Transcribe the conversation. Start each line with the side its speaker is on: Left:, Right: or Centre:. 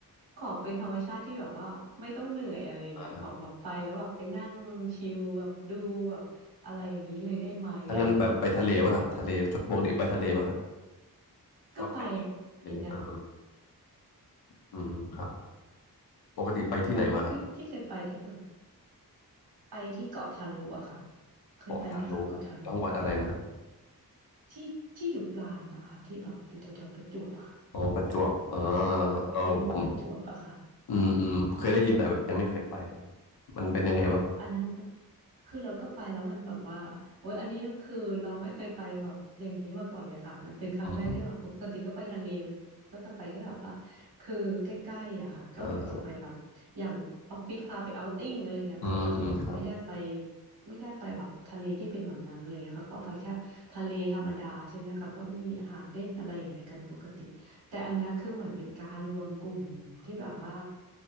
Right: ขอเป็นธรรมชาติที่แบบว่าไม่ต้องเหนื่อยอะไรอย่างเงี้ยขอแบบไปแล้วแบบไปนั่งชิลแบบดูแบบอะไรอย่างนี้เลยได้ไหมอะไรอย่างเงี้ยค่ะ
Left: อ่าถ้างั้นแบบไปทะเลป่ะครับทะเลชอบปกติไปทะเลป่ะฮะชอบไป
Right: ก็ไป
Left: ทะเลอ่า
Right: น
Left: อืมครับปกติไปที่ไหนมา
Right: ะคะคือที่เคยไปที่แบบไปที่เกาะทาลุอะค่ะเคยไปไหมคะเกาะทาลุ
Left: เกาะทะลุจังหวัดอะไรนะฮะ
Right: ที่ที่อยู่ปราณปะค่ะที่แบบอยู่แถวแถวประจวบอะค่ะ
Left: อ๋อประจวบอ่า
Right: เกาะทะลุประจวบอะค่ะ
Left: เออผมอืมอืมเคยได้ยินแต่แบบยังไม่เคยไปเลยอะ
Right: อืม
Left: มันเป็นยังไงบ้าง
Right: ค่ะอันนั้นน่ะคือเราก็ไปแล้วมันแบบว่าโอ๊ยอันนี้คือเราไม่เคยไปแบบอย่างนี้มาก่อนเลยค่ะมันเป็นครั้งแรกที่แบบปกติก็ไปทะเลมันก็จะไปแค่แบบว่าคือใกล้ๆอะค่ะก็เหมือนจะไปแบบอย่างออฟฟิศพาไปเอาท์ติ้งอะไรเงี้ยเขาก็จะแบบไม่ได้ไป
Left: อืมอ่าอืมอืมครับ
Right: ไม่ได้ไปแบบทะเลที่เป็นแบบนั้นอะไรเงี้ยเขาก็ไปแค่ทะเลธรรมดาใช่ไหมคะก็มีหาดเล่นอะไรอย่างเงี้ยกันปกติ แต่อันเนี้ยคือเหมือนเป็นการรวมกลุ่มที่แบบว่า